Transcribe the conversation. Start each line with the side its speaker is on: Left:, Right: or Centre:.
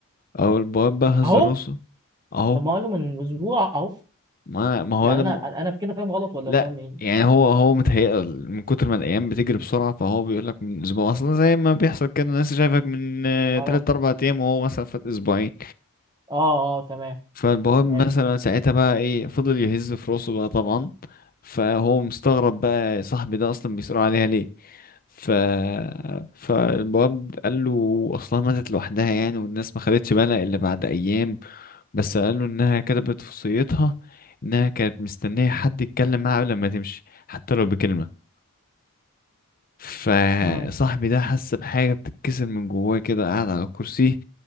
Left: او البواب بقى هز
Right: اهو
Left: راسه اهو
Right: طب ما قاله من اسبوع اهو
Left: ما ما هو
Right: يعني
Left: لما
Right: انا انا في كده فاهم غلط ولا
Left: لا
Right: فاهم ايه
Left: يعني هو هو متهيأ من كتر ما الايام بتجري بسرعه فهو بيقول لك من اسبوع اصلا زي ما بيحصل كده الناس شايفك من آه،
Right: اه
Left: تلات اربع ايام وهو مثلا فات اسبوعين
Right: اه اه تمام
Left: فالبواب
Right: ماشي
Left: مثلا ساعتها بقى ايه فضل يهز في راسه بقى طبعا فهو مستغرب بقى صاحبي ده اصلا بيسأله عليها ليه ف فالواد قال له اصلها ماتت لوحدها يعني والناس ما خدتش بالها الا بعد ايام بس قال له انها كتبت في وصيتها انها كانت مستنيه حد يتكلم معاها قبل ما تمشي حتى لو بكلمه فصاحبي
Right: امم
Left: ده حس بحاجة بتتكسر من جواه كده قاعد على الكرسي